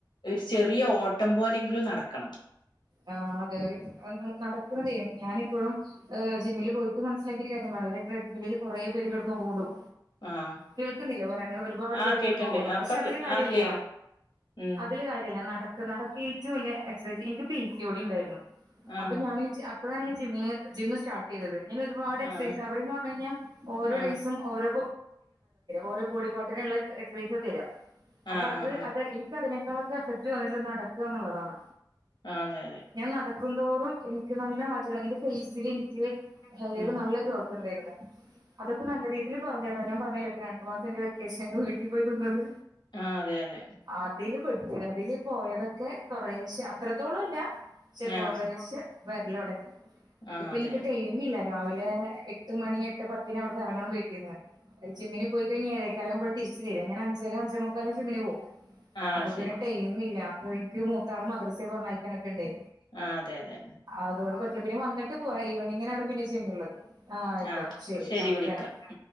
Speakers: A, on the left; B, on the right.
A: ഒരു ചെറിയ ഓട്ടം പോലെങ്കിലും നടക്കണം
B: ആ അതെ ഒരു നടക്കുന്നതേ ഞാന് ഇപ്പം ഹ് ജിമ്മില് പോയിട്ട് മനസ്സിലാക്കിയ കാര്യം അ ട്രഡ്മില്ലിൽ കുറേ പേര് കടന്ന് ഓടും
A: ആഹ്
B: കേൾക്കുന്നില്ലേ പറയുന്ന ഒരുപാട്
A: ആഹ്
B: പേര്
A: കേക്ക്ണ്ട്
B: കിടന്ന് ഓടും
A: അപ്പൊ
B: പക്ഷെ അതില് കാര്യല്ല
A: ആഹ് ക്ലിയറാ ഉം
B: അതില് കാര്യല്ല നടക്ക് നടക്ക ഏറ്റവും വലിയ എക്സൈസ് എനിക്ക് പി സിയോടി ഉണ്ടായിരുന്നു
A: ആഹ്
B: അപ്പൊ ഞാൻ അപ്പോഴാണ് ജിമ്മിന് ജിം സ്റ്റാർട്ട് ചെയ്തത് അങ്ങനെ ഒരുപാട്ക്സൈസ്
A: ആഹ്
B: അവിടെന്ന് പറഞ്ഞു കഴഞ്ഞൽ ഓരോ
A: ആഹ്
B: ഡേഴ്സും ഓരോ ഓരോ ബോഡി പാർട്ടിനുള്ള എക്സസൈസാ തര അ
A: ആഹ് ആഹ് ആഹ്
B: അത് എനിക്കതിനുള്ള സജു നെല്ല നടക്കുകന്നുള്ളതാണ്
A: ആഹ് അതെ അതെ
B: ഞാൻ നടക്കുംതോറും എനിക്ക് നല്ല മാറ്റങ്ങൾ എന്റെ ഫേസിൽ എനിക്ക്
A: എനിക്ക്
B: ഹെയർ നല്ല ഗ്രോത്ത് ഉണ്ട് അതൊക്കെ നല്ല രീതിയിൽ കൊറഞ്ഞത ഞാൻ പറഞ്ഞില്ലെ ഇപ്പ രണ്ടു മാസംന്റെ വെക്കേഷൻന് വീട്ടിൽ പോയി നിന്നത്
A: ആ അതെ അതെ
B: അതില് പട്ടു അതില് പോയതൊക്കെ കൊറേശ അത്രത്തോളംല്ല കുറേശെ
A: ആഹ്
B: വരലോടങ്ങി
A: ആഹ്
B: ഇപ്പൊ
A: അതെ
B: എനിക്ക് ടൈമ് ഇില്ല രാവിലെ എട്ട് മണി എട്ട് പത്തിന് അവിടുന്ന് ഇറങ്ങണം വീട്ടിൽന്ന് ജിമ്മിന് പോയിഴിഞ്ഞ ഏേക്കാലാവകുമ്പഴ തിരിച്ചു വരാ ഞാൻ അഞ്ചരം അഞ്ചുമ മുക്കാലും ജി പോവും
A: ആഹ്
B: അപ്പൊ
A: ശരി
B: പിന്നെ ടൈയിം ഇല്ല എനിക്ക് മൂത്ത ആളെ മദ്രസെ പറഞ്ഞയക്കാനൊക്കെ ഉണ്ടേ
A: ആ അതെ അതെ
B: അതുകൊണ്ട്
A: അതെ
B: പിന്നെ വന്നിട്ട് പോ ഈവെനിംഗ് ഇങ്ങനെയാണ് പിന്നെ ജിമ്മുള്ളത് ആ ആയിക്കോട്ടെ
A: ആഹ്
B: ശരിട്ടാ
A: വിളിക്കാം
B: താങ്ക് യു